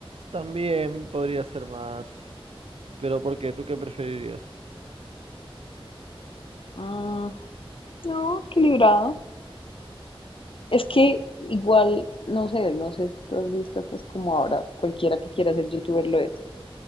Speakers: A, on the right; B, on the left.
A: también podría ser más. Pero ¿por qué? ¿Tú qué preferirías?
B: Mm, no, equilibrado. Es que igual, no sé, no sé si tú has visto, pues como ahora cualquiera que quiera ser youtuber lo es.